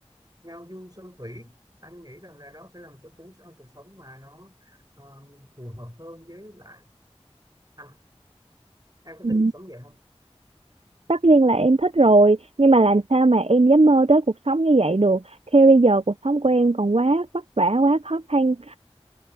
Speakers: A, on the right; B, on the right.
A: ngao du sơn thủy anh nghĩ rằng là đó sẽ là một cái cuốn- cuộc sống mà nó ờ, phù hợp hơn với lại anh em có
B: Ừ.
A: thích cuộc sống vậy không
B: tất nhiên là em thích rồi nhưng mà làm sao mà em dám mơ tới cuộc sống như vậy được khi bây giờ cuộc sống của em còn quá vất vả quá khó khăn